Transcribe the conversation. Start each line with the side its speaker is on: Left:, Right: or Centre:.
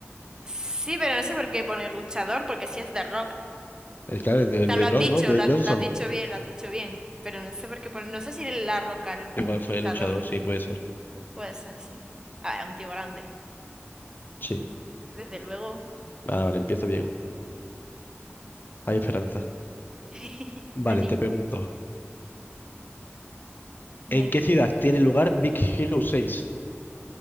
Right: Sí, pero no sé por qué pone luchador, porque sí es de Rock.
Left: El que es de
Right: O sea,
Left: The
Right: lo has
Left: Rock,
Right: dicho,
Left: ¿no? Dwayne
Right: lo, ha-
Left: Johnson.
Right: lo has dicho bien, lo has dicho bien. Pero no sé por qué pone... No sé si La Roca es
Left: Igual
Right: un
Left: fue
Right: luchador.
Left: luchador, sí, puede ser.
Right: Puede ser, sí. Ah, es un tío grande.
Left: Sí.
Right: Desde luego.
Left: Vale, vale, empiezo bien. Hay esperanza.
Right: <laughs>
Left: Vale,
Right: Ánimo.
Left: te pregunto.
Right: Venga.
Left: ¿En qué ciudad tiene lugar Big Hero 6?